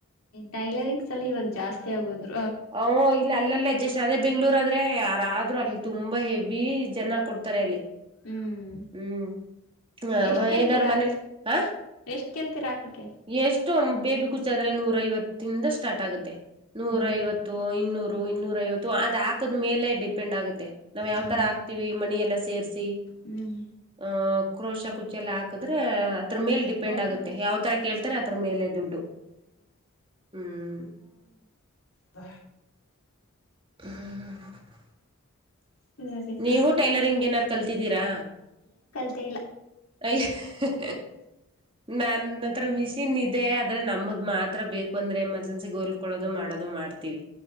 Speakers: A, on the left; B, on the right.
A: ಟೈಲರಿಂಗ್ಸ್ ಎಲ್ಲ ಇವಾಗ್ ಜಾಸ್ತಿ ಆಗೋದ್ರು.
B: ಹೌ ಇ ಇಲ್ ಅಲ್ಲಲ್ಲಿ ಅಡ್ಜಸ್ಟ್ ಆದೆ ಬೆಂಗ್ಳುರ್ ಆದ್ರೆ ಯಾರಾದ್ರು ಅಲ್ಲಿ ತುಂಬಾ ಹೆವಿ ಜನ ಕೊಡ್ತಾರೆ ಅಲ್ಲಿ.
A: ಹ್ಮ್
B: ಹ್ಮ ಆಗೋ
A: ಎಷ್ಟ್ ಕೇಳ್ತೀರಾ
B: ಏನಾರು ಮನೇಲಿ ಹ
A: ಎಷ್ಟ್ ಕೇಳ್ತೀರಾ ಹಾಕಕ್ಕೆ
B: ಎಷ್ಟು ಬೇಬಿ ಕುಚಾದ್ರೆ ನೂರ್ ಐವತ್ ತಿಂದ ಸ್ಟಾರ್ಟ್ ಆಗುತ್ತೆ. ನೂರೈವತ್
A: ನೂರೈದು
B: ಇನ್ನೂರು ಇನ್ನೂರೈವತ್ತು ಅದ್ ಕ್ಕದ್ ಮೇಲೆ ಡಿಪೆಂಡ್ ಆಗುತ್ತೆ ನಾವ್ ಯಾವ್
A: ಹ
B: ತರ ಹಾಕ್ತಿವಿ ಮಣಿ ಎಲ್ಲ ಸೇರ್ಸಿ
A: ಹ್ಮ್
B: ಆ ಕ್ರೋಶ ಕುಚ್ಚೆಲ್ಲ ಹಾಕಿದ್ರೆ ಹ ದ್ರು ಮೇಲ್ ಡಿಪೆಂಡ್
A: ಲೋನ್
B: ಆಗುತ್ತೆ
A: ಹ
B: ಯಾವ್ ತರ ಕೇಳ್ತಾರೆ ಅದ್ರ ಮೇಲೆ ದುಡ್ಡು ಹ್ಮ್.
A: ದ
B: ಹ್ಮ
A: ಸರಿಕ್ಕ
B: ನೀವು ಟೈಲರಿಂಗ್ ಏನಾದ್ರು ಕಲ್ತಿದ್ದೀರಾ.
A: ತೆ ಇಲ್ಲ.
B: ಅಯ್ ಹಃ ನನ್ ಹತ್ರ ಮಿಸಿನ್ ಇದೆ ಅದ್ ಆದ್ರೆ ನಮ್ದ್ ಮಾತ್ರ ಬೇಕು ಅಂದ್ರೆ ಎಮರ್ಜೆನ್ಸಿಗ್ ಹೋಲ್ಕೊಳ್ಳೋದು ಮಾಡೋದು ಮಾಡ್ತಿವಿ.